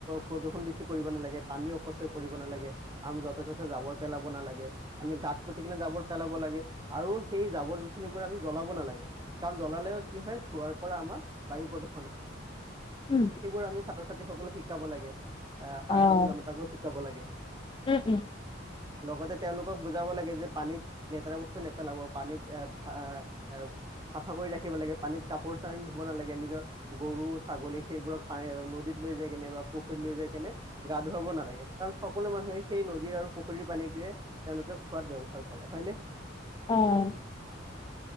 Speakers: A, on the right (about 20°); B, on the left (about 25°).
A: প্ৰদূষণ বেছি কৰিব নালাগে। পানী অপচয় কৰিব নালাগে, আমি য'তে ত'তে জাবৰ পেলাব নালাগে, আমি গাত পুতি কিনে জাবৰ পেলাব ব লাগে, আৰু সেই জাৱৰ জোথনিবোৰ আমি জ্বলাব নালাগে। কাৰণ জ্বলালেও কি হয় ধোঁৱাৰ পৰা আমাৰ বায়ু প্ৰদূষণ হয়।
B: উম,
A: সেইবোৰ আমি ছাত্ৰ ছাত্ৰীসকলক শিকাব লাগে, আহ সাধাৰণ
B: অ'
A: জনতাকো শিকাব লাগে।
B: উম, উম।
A: লগতে তেওঁলোকক বুজাব লাগে যে পানীত লেতেৰা বস্তু নেপেলাব। পানীত এ ভা এ চাফা কৰি ৰাখিব লাগে। পানীত কাপোৰ চানি ধুব নালাগে, নিজৰ গৰু ছাগলী সেইবোৰক পান নদীত লৈ যায় কেনে বা পুখুৰীত লৈ যাই কেনে গা ধুৱাব নালাগে। কাৰণ সকলো মানুহে সেই নদীৰ আৰু পুখুৰীৰ পানীটোয়ে তেওঁলোকে খোৱাত ব্যৱহাৰ কৰে হয়নে?
B: অ'।